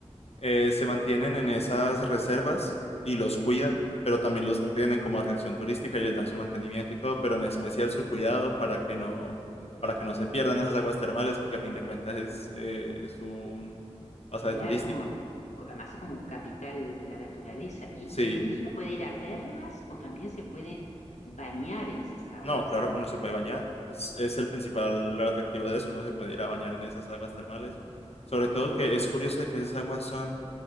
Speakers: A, on the left (about 60°); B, on the left (about 85°).
A: Eh, se mantienen en esas reservas y los cuidan, pero también los tienen como atracción turística y les dan su mantenimiento y todo, pero en especial su cuidado para que no, para que no se pierdan esas aguas termales, porque a fin de cuentas es, eh, es un pasaje
B: Claro,
A: turístico.
B: es como, co- además es como un capital de la naturaleza. Y,
A: Sí.
B: y entonces uno puede ir a verlas o también se puede bañar en esas aguas.
A: No, claro, uno se puede bañar. Es, es el principal atractivo de eso. Uno se puede ir a bañar en esas aguas termales. Sobre todo que es curioso de que esas aguas son,